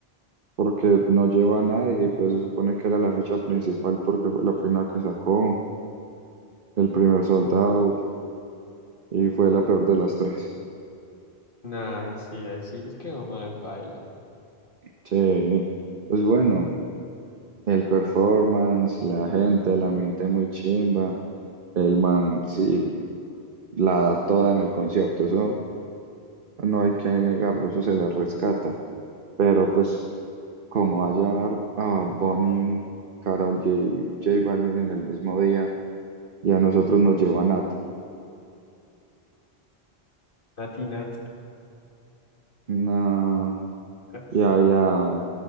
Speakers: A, on the right; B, on the left.
A: Porque no llevó a nadie y pues se supone que era la fecha principal porque fue la primera que sacó. el primer sold out y fue la peor de las tres.
B: Nah, sí, ahí sí les quedó mal, paila.
A: Che, pues bueno, el performance, la gente, el ambiente muy chimba, el man, sí, la da toda en el concierto, eso no hay que negarlo, eso se le rescata. Pero pues, como va a llevar a Bad Bunny, Karol J, J Balvin en el mismo día, y a nosotros nos lleva Nat,
B: Natinat.
A: nah,
B: <laughs>
A: y a, y a-